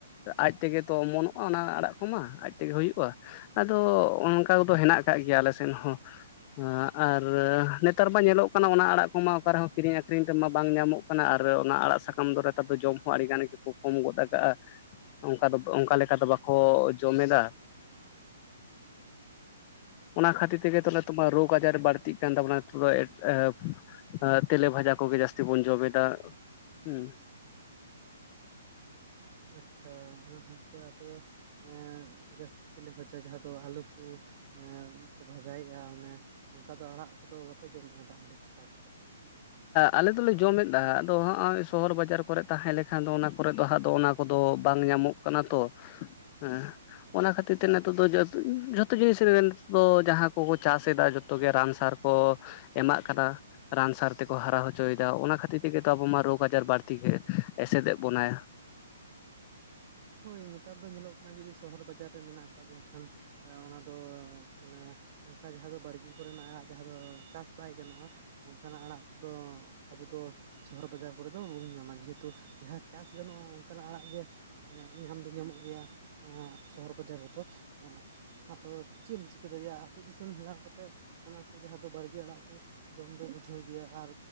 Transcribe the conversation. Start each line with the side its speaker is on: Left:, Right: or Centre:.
Left: ᱟᱡ ᱛᱮᱜᱮ ᱛᱚ ᱚᱢᱚᱱᱚᱜ-ᱟ ᱚᱱᱟ ᱟᱲᱟᱜ᱾ ᱠᱚᱢᱟ ᱟᱡ ᱛᱮᱜᱮ ᱦᱩᱭᱩᱜ-ᱟ ᱟᱫᱚ ᱚᱱᱠᱟ ᱠᱚᱫᱚ ᱦᱮᱸᱱᱟᱜ ᱠᱟᱜ ᱜᱮᱭᱟ ᱟᱞᱮ ᱥᱮᱱ ᱦᱚᱸ᱾ ᱮᱸ ᱟᱨ ᱱᱮᱛᱟᱨ ᱢᱟ ᱧᱮᱞᱚᱜ ᱠᱟᱱᱟ ᱚᱱᱟ ᱟᱲᱟᱜ ᱠᱚᱢᱟ ᱚᱠᱟ ᱨᱮᱦᱚᱸ ᱠᱤᱨᱤᱧ ᱟᱹᱠᱷᱨᱤᱧ ᱛᱮᱢᱟ ᱵᱟᱝ ᱧᱟᱢᱚᱜ ᱠᱟᱱᱟ ᱟᱨ ᱚᱱᱟ ᱟᱲᱟᱜ ᱥᱟᱠᱟᱢ ᱫᱚ ᱱᱮᱛᱟᱨ ᱡᱚᱢ ᱦᱚᱸ ᱟᱹᱰᱤ ᱜᱟᱱ ᱜᱮᱠᱚ ᱠᱚᱢ ᱜᱚᱫ ᱠᱟᱜ-ᱟ᱾ ᱚᱱᱠᱟ ᱫᱚ ᱚᱱᱠᱟ ᱞᱮᱠᱟ ᱫᱚ ᱵᱟᱠᱚ᱾ ᱡᱚᱢ ᱮᱫᱟ, ᱚᱱᱟ ᱠᱷᱟᱹᱛᱤᱨ ᱛᱮᱜᱮ ᱛᱚᱢᱟ ᱨᱳᱜᱽ ᱟᱡᱟᱨ ᱵᱟᱹᱲᱛᱤᱜ ᱠᱟᱱ ᱛᱟᱵᱚᱱᱟ ᱛᱷᱩᱨᱟ <unintelligible> ᱛᱮᱞᱮ ᱵᱷᱟᱡᱟ ᱠᱚᱜᱮ ᱡᱟᱹᱥᱛᱤ ᱵᱚᱱ ᱡᱚᱢᱮᱫᱟ᱾ ᱦᱩᱸ᱾
Right: ᱟᱪᱪᱷᱟ ᱚᱱᱟ ᱠᱷᱟᱹᱛᱤᱨ ᱛᱮ ᱟᱯᱮ ᱫᱚ ᱸᱮ ᱡᱟᱹᱥᱛᱤ ᱛᱮᱞᱮ ᱵᱷᱟᱡᱟ ᱡᱟᱦᱟᱸ ᱫᱚ ᱟᱞᱩ ᱠᱚ᱾ ᱮᱸ ᱵᱷᱟᱡᱟᱭᱮᱜ-ᱟ ᱚᱱᱮ ᱚᱱᱠᱟ ᱫᱚ ᱟᱲᱟᱜ ᱠᱚᱫᱚ ᱵᱟᱯᱮ ᱡᱚᱢᱮᱫ-ᱟ ᱫᱟᱜᱽ ᱢᱟᱹᱰᱤ ᱠᱚ ᱥᱟᱶ ᱛᱮᱫᱚ᱾
Left: ᱟᱞᱮ ᱫᱚᱞᱮ ᱡᱚᱢᱮᱫᱟ ᱟᱫᱚ ᱦᱚᱸᱜ-ᱚᱭ ᱥᱚᱦᱚᱨ ᱵᱟᱡᱟᱨ ᱠᱚᱨᱮ ᱛᱟᱦᱮᱸ ᱞᱮᱠᱷᱟᱱ ᱫᱚ ᱚᱱᱟ ᱠᱚᱨᱮ ᱫᱚ ᱦᱟᱸᱜ ᱫᱚ ᱚᱱᱟ᱾ ᱠᱚᱫᱚ ᱵᱟᱝ ᱧᱟᱢᱚᱜ ᱠᱟᱱᱟ ᱛᱚ ᱦᱮᱸ᱾ ᱚᱱᱟ ᱠᱷᱟᱹᱛᱤᱨ ᱛᱮ ᱱᱤᱛᱚᱜ ᱫᱚ ᱡᱚᱛ ᱡᱚᱛᱚ ᱡᱤᱱᱤᱥ ᱨᱮᱱ ᱫᱚ ᱡᱟᱦᱟᱸ ᱠᱚ ᱠᱚ ᱪᱟᱥ ᱮᱫᱟ ᱡᱚᱛᱚ ᱜᱮ ᱨᱟᱱ ᱥᱟᱨ᱾ ᱠᱚ ᱮᱢᱟᱜ ᱠᱟᱫᱟ᱾ ᱨᱟᱱ ᱥᱟᱨ ᱛᱮᱠᱚ ᱦᱟᱨᱟ ᱦᱚᱪᱚᱭ ᱮᱫᱟ, ᱚᱱᱟ ᱠᱷᱟᱹᱛᱤᱨ ᱛᱮᱜᱮ ᱛᱚ ᱟᱵᱚ ᱢᱟ ᱨᱳᱜᱽ ᱟᱡᱟᱨ ᱵᱟᱹᱲᱛᱤ ᱜᱮ ᱮᱥᱮᱫᱮ ᱵᱚᱱᱟᱭ᱾ <inaudible>
Right: ᱦᱳᱭ ᱱᱤᱛᱟᱨ ᱫᱚ ᱧᱮᱞᱚᱜ ᱠᱟᱱᱟ ᱡᱩᱫᱤ ᱥᱚᱦᱚᱨ ᱵᱟᱡᱟᱨ ᱨᱮ ᱢᱮᱱᱟᱜ ᱟᱠᱟᱫ ᱵᱚᱱ ᱠᱷᱟᱱ᱾ ᱮ ᱚᱱᱟ ᱫᱚ ᱢᱟᱱᱮ ᱚᱱᱠᱟ ᱡᱟᱦᱟᱸ ᱫᱚ ᱵᱟᱹᱲᱜᱤ ᱠᱚᱨᱮ ᱟᱲᱟᱜ ᱡᱟᱦᱟᱸ ᱫᱚ ᱪᱟᱥ ᱵᱟᱭ ᱜᱟᱱᱚᱜ-ᱟ᱾ ᱚᱱᱠᱟ ᱱᱟᱜ ᱟᱲᱟᱜ ᱠᱚ ᱫᱚ ᱟᱵᱩ ᱫᱚ᱾ ᱥᱚᱦᱚᱨ ᱵᱟᱡᱟᱨ ᱠᱚᱨᱮ ᱫᱚ ᱚᱦᱩᱢ ᱧᱟᱢᱟ ᱡᱮ ᱦᱮᱸᱛᱩ ᱡᱟᱦᱟᱸ ᱪᱟᱥ ᱜᱟᱱᱚᱜ-ᱟ ᱚᱱᱠᱟᱱᱟᱜ ᱟᱲᱟᱜ ᱜᱮ᱾ ᱮᱜ ᱧᱟᱢ ᱫᱚ ᱧᱟᱢᱚᱜ ᱜᱮᱭᱟ ᱮᱜ ᱥᱚᱦᱚᱨ ᱵᱟᱡᱟᱨ ᱨᱮᱫᱚ ᱮᱜ ᱟᱫᱚ ᱪᱤᱫᱮᱢ ᱪᱤᱠᱟᱹ ᱫᱟᱲᱤᱭᱟᱜᱼᱟ ᱟᱛᱩ ᱫᱤᱥᱚᱢ ᱦᱮᱞᱟᱣ ᱠᱟᱛᱮᱫ ᱚᱱᱟ ᱠᱩ ᱡᱟᱦᱟᱸ ᱫᱚ ᱵᱟᱲᱜᱮ ᱟᱲᱟᱜ ᱠᱩ ᱡᱚᱢ ᱫᱚ ᱵᱩᱡᱷᱟᱹᱣ ᱜᱮᱭᱟ ᱟᱨ